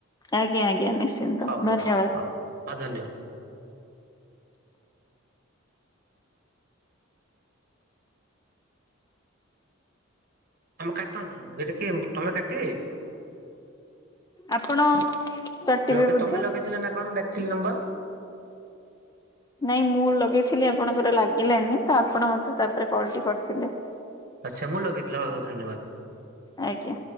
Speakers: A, on the left; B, on the right.
A: ଆଜ୍ଞା ଆଜ୍ଞା ନିଶ୍ଚିନ୍ତ
B: ହଉ ହଉ
A: ଧନ୍ୟବାଦ।
B: ହଉ ହଁ ଧନ୍ୟବାଦ। କାଟନ୍ତୁ ଏଇଟା କି ତମେ କାଟିବେ?
A: ଆପଣ କାଟିବେ
B: ଲଗେ
A: ବୋଧେ?
B: ତମେ ଲଗେଇ ଥିଲେ ନା କଣ ମୁଁ ଡାକିଥିଲି ନମ୍ବର।
A: ନାଇଁ ମୁଁ ଲଗେଇଥିଲି ଆପଣଙ୍କର ଲାଗିଲାନି ତ ଆପଣ ମତେ ତାପରେ କଲ ଟି କରିଥିଲେ।
B: ଆଚ୍ଛା ମୁଁ ଲଗେଇ ଥିଲି ହଁ ହଉ ଧନ୍ୟବାଦ।
A: ଆଜ୍ଞା।